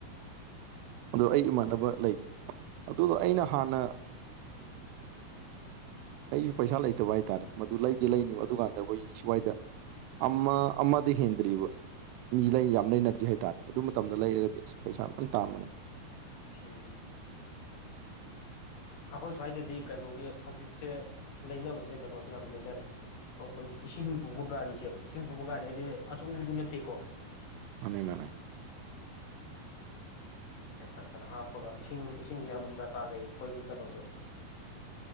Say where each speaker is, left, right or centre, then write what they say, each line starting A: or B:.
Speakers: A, on the right; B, on the left.
A: ꯑꯗꯣ ꯑꯩ ꯏꯃꯥꯟꯅꯕ ꯂꯩ ꯑꯗꯨꯒ ꯑꯩꯅ ꯍꯥꯟꯅ ꯑꯩꯁꯨ ꯄꯩꯁꯥ ꯂꯩꯇꯕ ꯍꯥꯏꯇꯥꯔꯦ ꯃꯗꯨ ꯂꯩꯗꯤ ꯂꯩꯅꯤꯕ ꯑꯗꯨꯀꯥꯟꯗ ꯑꯩꯈꯣꯏꯒꯤ ꯁ꯭ꯋꯥꯏꯗ ꯑꯃ ꯑꯃꯗꯤ ꯍꯦꯟꯗ꯭ꯔꯤꯕ ꯃꯤ ꯂꯩ ꯌꯥꯝꯅ ꯂꯩꯅꯗ꯭ꯔꯤ ꯍꯥꯏꯇꯥꯔꯦ ꯑꯗꯨ ꯃꯇꯝꯗ ꯂꯩꯔꯒꯗꯤ ꯑꯁ ꯄꯩꯁꯥ ꯐꯖꯅ ꯇꯥꯟꯒꯅꯤ
B: ꯌꯥꯢꯌꯦ ꯑꯩꯈꯣꯏ ꯁ꯭ꯋꯥꯏꯗꯗꯤ ꯀꯩꯅꯣꯒꯤ ꯍꯧꯖꯤꯛꯁꯦ ꯂꯩꯅꯕꯁꯦ ꯀꯩꯅꯣꯁꯦ ꯌꯥꯝ ꯂꯩꯅꯔꯦ ꯑꯧ ꯑꯩꯈꯣꯏꯒꯤ ꯏꯁꯤꯡ ꯄꯨꯕ ꯒꯥꯔꯤꯁꯦ ꯏꯁꯤꯡ ꯄꯨꯕ ꯒꯥꯔꯤ ꯍꯥꯏꯗꯤ ꯑꯆꯧꯕꯗꯨ ꯅꯠꯇꯦꯀꯣ
A: ꯃꯅꯤ ꯃꯅꯦ
B: ꯈꯔ ꯈꯔ ꯍꯥꯞꯄꯒ ꯏꯁꯤꯡ ꯏꯁꯤꯡꯁꯦ ꯌꯥꯝ ꯗꯔꯀꯥꯔ ꯂꯩꯌꯦ ꯈꫭꯏꯒꯤ ꯀꯅꯣꯖꯦ